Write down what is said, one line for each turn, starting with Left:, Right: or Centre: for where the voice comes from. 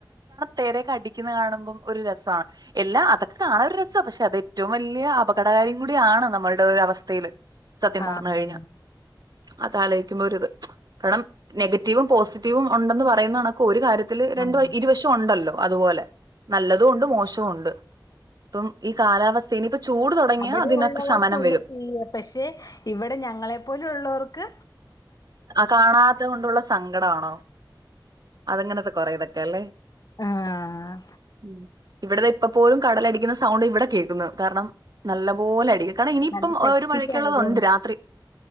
Right: തെരെക അടിക്കന്ന് കാണുമ്പം ഒരു രസാ എല്ലാം അതൊക്കെ കാണൻ ഒരു ര- സ പക്ഷെ അത് ഏറ്റവും വലിയ അപകടകാരിയും കൂടിയാണ് നമ്മുടെ ഒരു അവസ്ഥയില് സത്യം
Left: ആഹ്
Right: പറഞ്ഞു കഴിഞ്ഞ അത് ആലോയിക്കുമ്പോ ഒ ഒരു ഇത് കാരണം നെഗറ്റീവും പോസിറ്റീവും ഉണ്ടെന്ന് പറയുന്ന കണക്ക ഒരു കാര്യത്തില് രണ്ട്
Left: ആഹ്
Right: ഇരുവശ ത്തുണ്ടല്ലോ അതുപോലെ നല്ലതുണ്ട് മോശുണ്ട് ഇപ്പ ഈ കാലാവസ്ഥ ഞ്ഞിപ്പ ചൂട് തുടങ്ങിയാ
Left: അവിടെ
Right: അതിനൊക്കെ
Left: ഉള്ളവർക്കുള്ള
Right: ശമനം വരും
Left: തീയ പക്ഷെ ഇവിടെ ഞങ്ങളെപ്പോലെ ള്ളർക്ക്
Right: കാണാത്ത കൊണ്ടുള്ള സങ്കടാണോ അതെങ്ങനത്തെ കൊറെ ഇതൊക്കെല്ലേ
Left: ആഹ്
Right: ഉ ഇവിടത്തെ ഇപ്പ പോലും കടലടിക്കുന്ന സൗണ്ട് ഇവിടെ കേക്കുന്നു കാരണം നല്ല പോലെ അടി- കാരണം ഇനിയിപ്പം
Left: നല്ല ശക്തിക്കായത്
Right: ഒരു മഴക്കുള്ളത് ഉണ്ട് രാത്രി